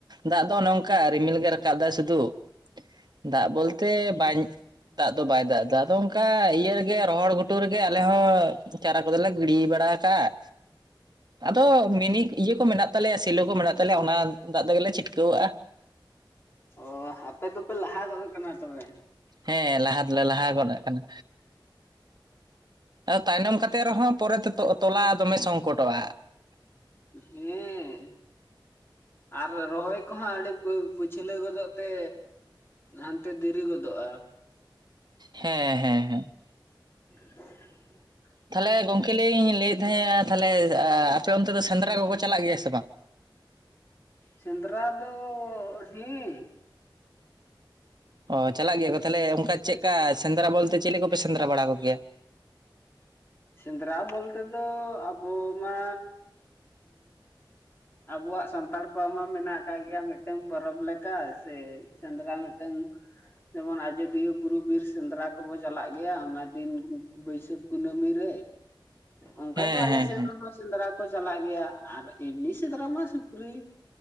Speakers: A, on the right (about 55°); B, on the left (about 25°).
A: ᱫᱟᱜ ᱫᱚ ᱱᱚᱝᱠᱟ ᱨᱤᱢᱤᱞ ᱜᱮ ᱨᱟᱠᱟᱵ ᱫᱟᱭ ᱥᱩᱫᱷᱩ ᱫᱟᱜ ᱵᱚᱞᱛᱮ ᱵᱟᱧᱼᱼ ᱫᱟᱜ ᱫᱚ ᱵᱟᱭ ᱫᱟᱜ ᱮᱫᱟ ᱟᱫᱚ ᱚᱱᱠᱟ ᱤᱭᱟᱹ ᱨᱮᱜᱮ ᱨᱚᱦᱚᱲ ᱜᱷᱩᱴᱩ ᱨᱮᱜᱮ, ᱟᱞᱮ ᱦᱚᱸ ᱪᱟᱨᱟ ᱠᱚᱫᱚ ᱞᱮᱼᱼ ᱜᱤᱰᱤ ᱵᱟᱲᱟ ᱟᱠᱟᱜᱼᱟ᱾ ᱟᱫᱚ ᱢᱮᱱᱤ ᱤᱭᱟᱹ ᱠᱚ ᱢᱮᱱᱟᱜ ᱛᱟᱞᱮᱭᱟ ᱥᱮᱞᱚ ᱠᱚ ᱢᱮᱱᱟᱜ ᱛᱟᱞᱮᱭᱟ ᱚᱱᱟ ᱫᱟᱜ ᱛᱮᱜᱮ ᱪᱷᱤᱴᱠᱟᱹᱣᱟᱜᱼᱟ᱾
B: ᱚ ᱟᱯᱮ ᱫᱚᱯᱮ ᱞᱟᱦᱟ ᱜᱚᱫ ᱟᱠᱟᱱᱟ ᱛᱚᱵᱮ?
A: ᱦᱮᱸ ᱞᱟᱦᱟ ᱫᱚ ᱞᱮ ᱞᱟᱦᱟ ᱜᱚᱫ ᱟᱠᱟᱱᱟ᱾ ᱛᱟᱭᱱᱚᱢ ᱠᱟᱛᱮ ᱨᱮᱦᱚᱸ ᱯᱚᱨᱮᱛᱮ ᱛᱚᱞᱟ ᱫᱚᱢᱮ ᱥᱚᱝᱠᱚᱴᱚᱜᱼᱟ᱾
B: ᱦᱮᱸ ᱟᱨ ᱨᱚᱦᱚᱭ ᱠᱚᱦᱚᱸ ᱟᱹᱰᱤ ᱯᱟᱹᱪᱷᱞᱟᱹᱣ ᱜᱚᱫᱚᱜ ᱛᱮᱼᱼ ᱦᱟᱱᱛᱮ ᱫᱮᱨᱤ ᱜᱚᱫᱚᱜᱼᱟ᱾
A: ᱦᱮᱸ ᱦᱮᱸ ᱦᱮᱸ
B: <inaudible>
A: ᱛᱟᱦᱞᱮ ᱜᱚᱝᱠᱮ ᱞᱤᱧ ᱞᱟᱹᱭ ᱮᱫ ᱛᱟᱦᱮᱸᱱᱟ ᱛᱟᱦᱞᱮ ᱟᱯᱮ ᱚᱱᱛᱮ ᱫᱚ ᱥᱮᱸᱫᱽᱨᱟ ᱠᱚᱠᱚ ᱪᱟᱞᱟᱜ ᱜᱮᱭᱟ ᱥᱮ ᱵᱟᱝ?
B: ᱥᱮᱸᱫᱽᱨᱟ ᱫᱚ ᱦᱮᱸ
A: ᱚ ᱪᱟᱞᱟᱜ ᱜᱮᱭᱟ ᱠᱚ ᱛᱟᱦᱚᱞᱮ ᱚᱱᱠᱟ ᱪᱮᱫ ᱞᱮᱠᱟ ᱥᱮᱸᱫᱽᱨᱟ ᱵᱚᱞᱛᱮ ᱪᱮᱫ ᱠᱚᱯᱮ ᱥᱮᱸᱫᱽᱨᱟ ᱵᱟᱲᱟ ᱠᱚᱜᱮᱭᱟ?
B: ᱥᱮᱸᱫᱽᱨᱟ ᱵᱚᱞᱛᱮ ᱫᱚ ᱟᱵᱚ ᱢᱟ ᱟᱵᱚᱣᱟᱜ ᱥᱟᱱᱛᱟᱲ ᱠᱚᱣᱟᱜ ᱢᱟ ᱢᱮᱱᱟᱜ ᱟᱠᱟᱫ ᱜᱮᱭᱟ ᱢᱤᱫᱴᱟ ᱢᱤᱫᱴᱟᱝ ᱯᱚᱨᱚᱵᱽ ᱞᱮᱠᱟ ᱥᱮ ᱥᱮᱸᱫᱽᱨᱟ ᱢᱤᱫᱴᱟᱝ ᱡᱮᱢᱚᱱ ᱟᱡᱚᱫᱤᱭᱟᱹ ᱵᱩᱨᱩ ᱵᱤᱨ ᱥᱮᱸᱫᱽᱨᱟ ᱠᱚᱵᱚ ᱪᱟᱞᱟᱜ ᱜᱮᱭᱟ ᱚᱱᱟ ᱫᱤᱱ ᱵᱟᱹᱭᱥᱟᱹᱠᱷ ᱠᱩᱱᱟᱹᱢᱤᱼᱼ ᱨᱮ ᱚᱱᱠᱟ
A: ᱦᱮᱸ
B: ᱜᱮ ᱟᱞᱮ
A: ᱦᱮᱸ
B: ᱥᱮᱱ
A: ᱦᱮᱸ
B: ᱦᱚᱸ ᱥᱮᱸᱫᱽᱨᱟ ᱠᱚ ᱪᱟᱞᱟᱜ ᱜᱮᱭᱟ ᱟᱨ ᱮᱢᱱᱤ ᱥᱮᱸᱫᱽᱨᱟ ᱢᱟ ᱥᱩᱠᱨᱤ